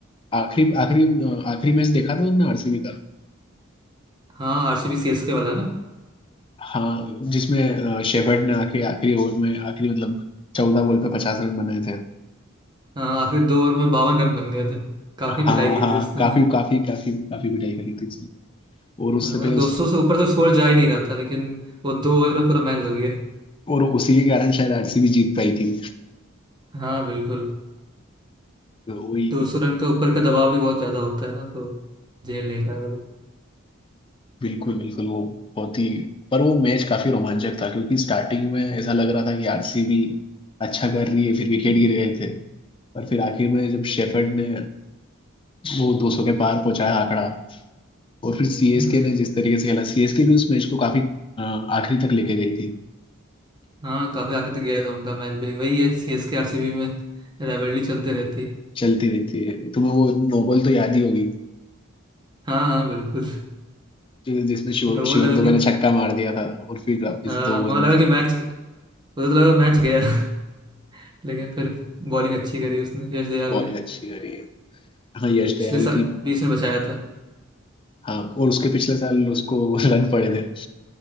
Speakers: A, on the left; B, on the right.
A: आखिरी आखिरी अ, आखिरी मैच देखा था तुमने आरसीबी का
B: हाँ आरसीबी सीएसके वाला ना
A: हाँ जिसमें अ, शेफर्ड ने आके आखिरी ओवर में आखिरी मतलब चौदह बॉल पे पचास रन बनाए थे
B: हाँ आखिरी दो ओवर में बावन रन बन गए थे काफी
A: हाँ
B: पिटाई की
A: हाँ
B: थी उसने
A: काफी
B: उस दिन।
A: काफी काफी काफी पिटाई करी थी उसने और उससे
B: हाँ, मतलब
A: पे
B: 200
A: उस
B: से ऊपर तो स्कोर जा ही नहीं रहा था लेकिन वो दो ओवर में पूरा मैच बदल गया
A: और उसी के कारण शायद आरसीबी जीत पाई थी
B: हाँ बिल्कुल
A: तो वही
B: तो उस रन का ऊपर का दबाव भी बहुत ज्यादा होता है ना तो झेल नहीं पाए वो लोग
A: बिल्कुल बिल्कुल वो बहुत ही पर वो मैच काफी रोमांचक था क्योंकि स्टार्टिंग में ऐसा लग रहा था कि आरसीबी अच्छा कर रही है फिर विकेट गिर गए थे और फिर आखिर में जब शेफर्ड ने वो 200 के पार पहुंचाया आंकड़ा और फिर सीएसके
B: हम्म
A: ने जिस तरीके से खेला सीएसके भी उस मैच को काफी अ, आखिरी तक लेके गई थी
B: हाँ काफी आगे तो गया था उनका मैच भी वही है C S K R C B में राइवलरी चलते रहती है
A: चलती रहती है तुम्हें वो नोबल तो याद ही होगी
B: हाँ हाँ बिल्कुल
A: जो- जिसमें शिव
B: न वो
A: शिवम
B: लगा
A: दुबे
B: कि
A: ने छक्का मार दिया था और फिर वापस
B: हाँ
A: दो गेंद
B: वहाँ लगा
A: में
B: कि मैच मुझे तो लगा मैच गया <laughs> लेकिन फिर बॉलिंग अच्छी करी उसने यश दयाल
A: बॉलिंग
B: ने
A: अच्छी करी है हाँ यश
B: पिछले
A: दयाल
B: साल
A: की
B: भी उसने बचाया था
A: हाँ और उसके पिछले साल उसको <laughs> रन पड़े थे